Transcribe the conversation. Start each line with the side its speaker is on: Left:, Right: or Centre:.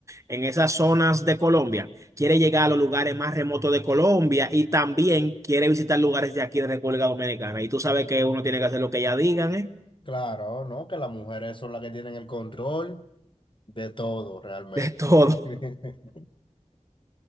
Right: en esas zonas de Colombia. Quiere llegar a los lugares más remotos de Colombia y también quiere visitar lugares de aquí de República Dominicana. Y tú sabes que uno tiene que hacer lo que ella digan, ¿eh?
Left: Claro, no, que las mujeres son las que tienen el control de todo realmente.
Right: <laughs> Todo.
Left: <laughs>